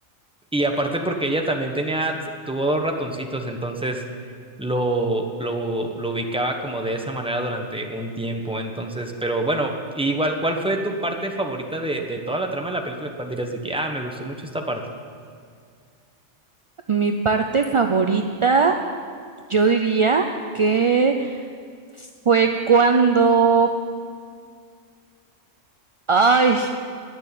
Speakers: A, in the centre; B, on the right.
A: Y aparte porque ella también tenía, tuvo dos ratoncitos, entonces lo, lo, lo ubicaba como de esa manera durante un tiempo. Entonces, pero bueno, igual, ¿cuál fue tu parte favorita de, de toda la trama de la película? ¿Cuál dirías de que, ah, me gustó mucho esta parte?
B: Mi parte favorita, yo diría que fue cuando, ay,